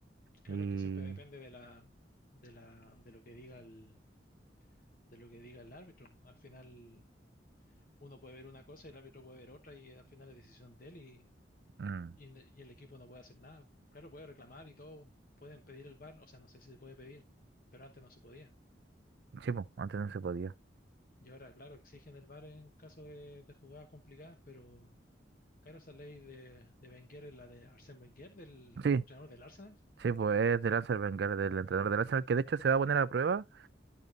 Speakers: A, on the left; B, on the right.
A: Claro,
B: Y
A: es que siempre depende de la, de la, de lo que diga el, de lo que diga el árbitro. Al final, uno puede ver una cosa y el árbitro puede ver otra y al final es decisión de él y
B: mm,
A: y, el y el equipo no puede hacer nada. Claro, puede reclamar y todo, pueden pedir el VAR, o sea, no sé si se puede pedir, pero antes no se podía.
B: sí, pues, antes no se podía.
A: Y ahora, claro, exigen el VAR en caso de, de jugadas complicadas, pero claro, esa ley de, de Wenger es la de Arsène Wenger, del
B: Sí,
A: entrenador del Arsenal.
B: sí, pues es de Lancer Wenger, del entrenador de Lancer, que de hecho se va a poner a prueba,